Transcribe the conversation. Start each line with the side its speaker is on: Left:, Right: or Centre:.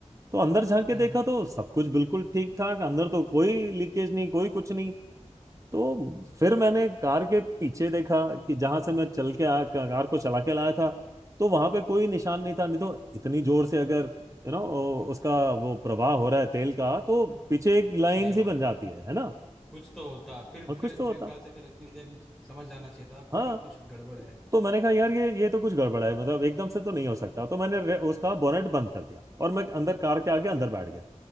Right: तो अंदर झांक के
Centre: हम्म
Right: देखा
Centre: हम्म
Right: तो सब कुछ बिल्कुल ठीक ठाक अंदर तो कोई लीकेज नहीं कोई कुछ नहीं तो फिर मैंने कार के पीछे देखा कि जहां से मैं चल के आ कार को चला के लाया था तो वहां पे कोई निशान नहीं था नहीं तो इतनी जोर से अगर यू नो उसका वो प्रवाह हो रहा है तेल का तो पीछे एक लाइन
Centre: सही
Right: सी
Centre: बात
Right: बन जाती
Centre: है
Right: है है ना
Centre: कुछ तो होता फिर
Right: और
Centre: फिर
Right: कुछ तो
Centre: मेरे
Right: होता
Centre: ख्याल से फिर इतनी देर में स- समझ जाना चाहिए था आपको
Right: हाँ
Centre: कि कुछ गड़बड़ है
Right: तो मैंने कहा यार ये ये तो कुछ गड़बड़ है मतलब एकदम से तो नहीं हो सकता तो मैंने रे- उसका बोनेट बंद कर दिया और मैं अंदर कार के आगे अंदर बैठ गया